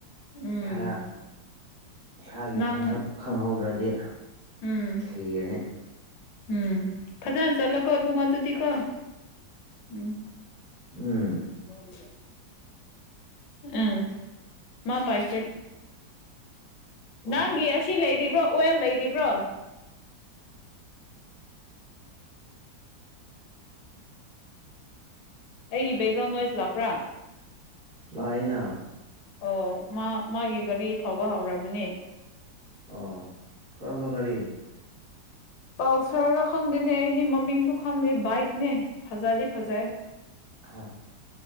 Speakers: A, on the left (about 80°); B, on the right (about 50°).
A: ꯎꯝ
B: ꯈꯔ ꯏꯁꯥꯒꯤ
A: ꯅꯪ
B: ꯈꯪꯍꯧꯗ꯭ꯔꯗꯤ
A: ꯎꯝ
B: ꯁꯤꯔꯅꯤ
A: ꯎꯝ ꯐꯖꯅ ꯆꯠꯂꯣꯀꯣ ꯏꯕꯨꯡ ꯑꯗꯨꯗꯤꯀꯣ ꯎꯝ
B: ꯎꯝ
A: ꯎꯝ ꯎꯝ ꯃꯥ ꯄꯥꯏꯔꯁꯦ
B: ꯑꯣ
A: ꯅꯪꯒꯤ ꯑꯁꯤ ꯂꯩꯔꯤꯕ꯭ꯔꯣ ꯑꯣꯏꯜ ꯂꯩꯔꯤꯕ꯭ꯔꯣ ꯑꯩꯒꯤ ꯕꯦꯛꯒ꯭ꯔꯥꯎꯟ ꯅꯣꯏꯁ ꯂꯥꯛꯄ꯭ꯔꯥ
B: ꯇꯥꯏꯅꯥ
A: ꯑꯣ ꯃꯥ ꯃꯥꯒꯤ ꯒꯥꯔꯤ ꯊꯧꯕ ꯍꯧꯔꯕꯅꯤ
B: ꯑꯣ ꯀꯔꯝꯕ ꯒꯥꯔꯤ
A: ꯄꯜꯁꯔꯔ ꯈꯪꯗꯦꯅꯦ ꯑꯩꯗꯤ ꯃꯃꯤꯡ ꯁꯨ ꯈꯪꯗꯦ ꯕꯥꯏꯛꯅꯦ ꯐꯖꯗꯤ ꯐꯖꯏ
B: ꯍꯥ